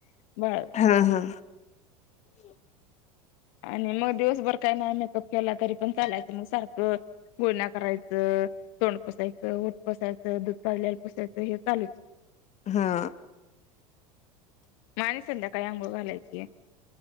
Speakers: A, on the left; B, on the left.
A: बर.
B: हा हा
A: आणि मग दिवसभर काय नाही. प केला तरी पण चालायचं मग सारखं गुलण्या करायचं. तोंड पुसायचं, ओठ पुसायचं, दूध काढलेला पुसायचं हे चालूच
B: हा
A: मग आणी संध्याकाळी अंघोळ घालायची.